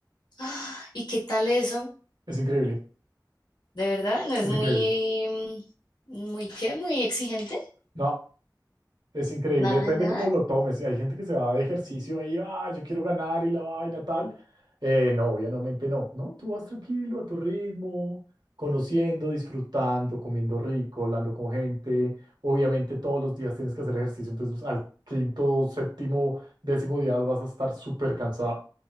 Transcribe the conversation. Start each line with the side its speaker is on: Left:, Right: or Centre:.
Left: Ah, ¿Y qué tal eso?
Right: Es increíble,
Left: ¿De verdad? ¿No es
Right: es
Left: muy,
Right: increíble.
Left: mm, muy qué? ¿Muy exigente?
Right: No. Es increíble,
Left: Nada,
Right: depende
Left: de nada.
Right: cómo lo tomes. Si hay gente que se va de ejercicio ahí, ah, yo quiero ganar y la vaina tal. Eh, no, obviamente no, ¿no? Tú vas tranquilo a tu ritmo, conociendo, disfrutando, comiendo rico, hablando con gente. Obviamente todos los días tienes que hacer ejercicio, entonces al quinto, séptimo, décimo día vas a estar súper cansado